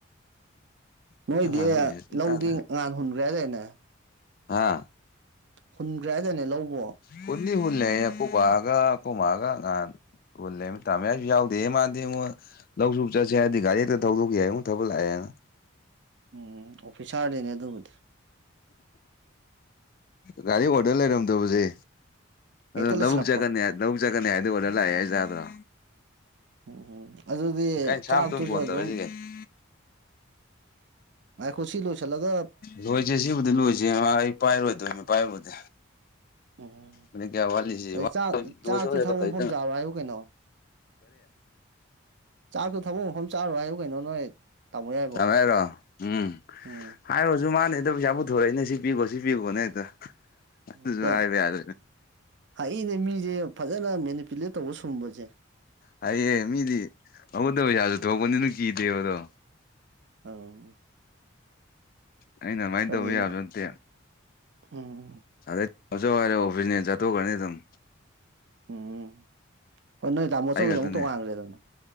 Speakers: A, on the right; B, on the left.
A: ꯅꯣꯏꯗꯤ
B: ꯀꯅꯥꯅꯣ ꯃꯦꯁꯦꯁ ꯄꯨꯡꯊꯥ
A: ꯂꯧꯗꯤ ꯉꯥꯟ ꯍꯨꯟꯈ꯭ꯔꯦ ꯍꯥꯏꯗꯥꯏꯅ‌ꯦ꯫
B: ꯍꯥꯥ
A: ꯍꯨꯟꯒ꯭ꯔꯥꯗꯅꯦ ꯂꯧꯕꯣ
B: ꯄꯨꯅꯤ ꯍꯜꯂ ꯀꯣ ꯒ ꯀꯣ ꯃꯥꯒ ꯉꯥꯟ ꯑꯣꯂꯦꯃꯤ ꯇꯃꯦꯁꯨ ꯌꯥꯎꯗꯦ ꯃꯥꯥꯟꯗ ꯂꯧꯁꯨ ꯆꯠꯁꯦ ꯍꯥꯏꯗꯤ ꯒꯥꯔꯤ ꯍꯦꯛꯇ ꯊꯗꯣꯛꯦ ꯍꯥꯏ ꯑꯃꯨꯛ ꯊꯕ ꯂꯥꯛꯑꯦꯅ
A: ꯎꯝ ꯑꯣꯐꯤꯁꯥꯔꯗꯤꯅꯦ ꯑꯗꯨꯕꯨꯗꯤ
B: ꯒꯥꯔꯤ ꯑꯣꯔꯗꯔ ꯂꯩꯔꯝꯗꯕꯁꯦ ꯑꯗꯨꯣ
A: ꯍꯦꯛꯇ
B: ꯂꯧꯕꯨꯛ
A: ꯂꯩꯁꯤꯜꯂꯛꯄ
B: ꯆꯖꯀꯟꯅꯤ ꯂꯧꯕꯛ ꯆꯖꯀꯟꯅꯤ ꯍꯥꯏꯗꯤ ꯋꯥꯂ ꯍꯥꯏꯁꯗ꯭ꯔꯣ
A: ꯎꯝꯝ ꯑꯗꯨꯗꯤ
B: ꯀꯥꯏ ꯁꯥꯝꯇꯨꯝ
A: ꯆꯥꯛꯇꯨꯁꯨ
B: ꯐꯣꯟ
A: ꯑꯗꯨꯝ
B: ꯇꯧꯔꯛꯏꯁꯤ ꯀꯩꯅꯣ
A: ꯑ ꯈꯣꯏꯁꯤ ꯂꯨꯁꯤꯂꯒ
B: ꯂꯣꯏꯁꯦ ꯁꯤꯕꯨꯗꯤ ꯂꯣꯏꯁꯦ ꯑꯩ ꯄꯥꯏꯔꯣꯏꯗꯣꯏꯅꯦ ꯄꯥꯏꯔꯕꯨꯗꯤ
A: ꯎꯝ
B: ꯃ ꯀꯌꯥ ꯋꯥꯂꯤꯁꯤ
A: ꯑꯗꯩ ꯆꯥꯛ ꯆꯥꯛꯁꯨ
B: ꯈꯔꯤꯗ
A: ꯊꯕꯛ
B: ꯀꯔꯤ
A: ꯃꯐꯝ ꯆꯥꯔꯣ ꯍꯥꯏꯌꯨ ꯀꯩꯅꯣ ꯆꯥꯛꯁꯨ ꯊꯕꯛ ꯃꯐꯝ ꯆꯥꯔꯣ ꯍꯥꯏꯌꯨ ꯀꯩꯅꯣ ꯅꯣꯏ ꯇꯥꯃꯣ ꯌꯥꯏꯕꯣ
B: ꯇꯃꯦꯔꯣ ꯎꯝ
A: ꯎꯝ
B: ꯍꯥꯏꯔꯨꯔꯁꯨ ꯃꯥꯅꯦꯗ ꯄꯩꯁꯥ ꯄꯨꯊꯣꯔꯛꯏꯅꯦ ꯁꯤ ꯄꯤꯈꯣ ꯁꯤ ꯄꯤꯈꯣꯅꯦ ꯍꯦꯛꯇ ꯑꯗꯨꯁꯨ
A: ꯍꯦꯛꯇ
B: ꯍꯥꯏꯕ ꯌꯥꯗ꯭ꯔꯦ
A: ꯍꯥꯏꯏꯅꯦ ꯃꯤꯁꯦ ꯐꯖꯅ ꯃꯦꯅꯤꯄꯨꯂꯦꯠ ꯇꯧꯕ ꯁꯨꯝꯕꯁꯦ
B: ꯍꯑꯦ ꯃꯤꯗꯤ ꯑꯕꯨꯠꯇ ꯄꯩꯁꯥꯁꯨ ꯊꯣꯛꯄꯅꯤꯅ ꯀꯤꯗꯦꯕ ꯑꯗꯣ
A: ꯑꯣ
B: ꯑꯩꯅ ꯑꯗꯨꯃꯥꯏꯅ
A: ꯑꯗꯩ
B: ꯇꯧꯕ ꯌꯥꯕꯁꯨ ꯅꯠꯇꯦ
A: ꯎꯝ
B: ꯑꯗꯩ ꯇꯧꯖꯧ ꯍꯥꯏꯔꯦ ꯑꯣꯐꯤꯁꯅꯦ ꯆꯠꯇꯧꯒꯔꯅꯤ ꯑꯗꯨꯝ
A: ꯎꯝꯝ ꯍꯣꯏ ꯅꯣꯏ ꯇꯥꯃꯣ ꯑꯆꯧꯕꯒꯤꯗ
B: ꯑꯩ ꯈꯛꯇꯅꯦ
A: ꯑꯃꯨꯛ ꯇꯣꯉꯥꯟꯈ꯭ꯔꯦꯗꯅ